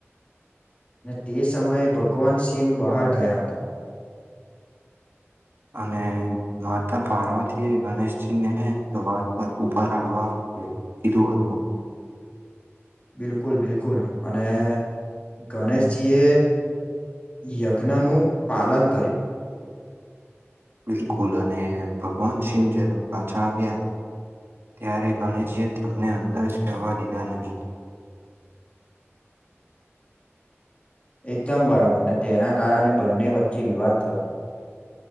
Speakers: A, on the left (about 25°); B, on the right (about 55°).
A: ને તે સમયે ભગવાન શિવ બાહર ગયા હતા.
B: અને, માતા પાર્વતીએ ગણેશજી ને દ્વાર પર ઉભા રહવા કીધું હતું.
A: બિલકુલ બિલકુલ, અને ગણેશજી એ યજ્ઞનું પાલન કર્યું.
B: બિલકુલ, અને ભગવાન શિવ જ્યારે પાછા આવ્યા ત્યારે ગણેશજી એ તેમને અંદર જવા દીધા નહીં.
A: એકદમ બરાબર, ને તેના કારણે બંને વચ્ચે વિવાદ થયો.